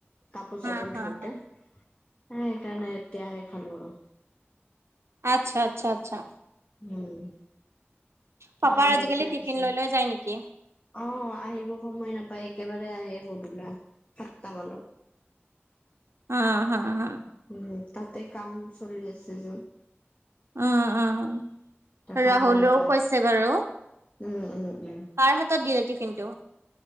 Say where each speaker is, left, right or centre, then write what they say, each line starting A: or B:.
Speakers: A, on the left; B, on the right.
A: কাপোৰ
B: হা
A: চাপোৰ
B: হা
A: ধুতে।
B: হা
A: সেইকাৰণে এতিয়াহে খালো আৰু।
B: আচ্ছা- আচ্ছা -আচ্ছা।
A: উম,
B: পাপাৰ
A: ভাই ল
B: আজিকালি
A: এতিয়া
B: টিফিন
A: পিছে।
B: লৈ লৈ যায় নেকি
A: অ, আহিব সময় নাপায় একেবাৰে আহে বৰদলা সাতটা মানত।
B: অ, হা-হা।
A: উম, তাতে কাম চলি আছে যে।
B: উম উম
A: এ সময়
B: ৰাহুলেও
A: নোপাইছো
B: কৈছে বাৰু
A: উম- উম -উম।
B: কাৰ হাতত দিলে টিফিনটো?